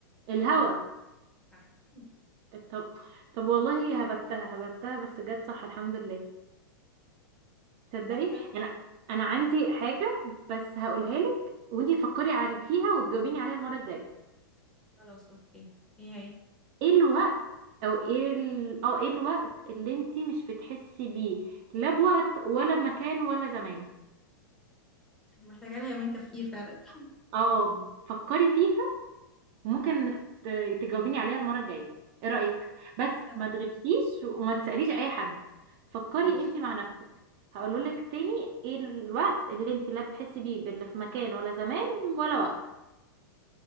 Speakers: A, on the right; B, in the centre.
A: الهوا
B: صح <laughs>
A: طب طب والله هي هبتها هبتها بس جت صح الحمد لله تصدقي
B: طب حلو
A: انا انا عندي حاجه بس هقولها لك وانتي تفكري على فيها وتجاوبيني عليها المره الجايه
B: خلاص اوكي ايه هي
A: ايه الوقت او ايه ال... اه ايه الوقت اللي انتي مش بتحسي بيه لا بوقت ولا بمكان ولا زمان
B: اللي محتاجة لها يومين تفكير فعلا <laughs>
A: اه فكري فيها وممكن ت- تجاوبيني عليها المرة الجاية ايه رأيك بس
B: اتفقنا
A: ما تغشيش وما تسأليش اي حد فكري
B: ماشي
A: انت مع نفسك هقوله لك تاني ايه الوقت اللي انت لا بتحسي بيه باللي في مكان ولا زمان ولا وقت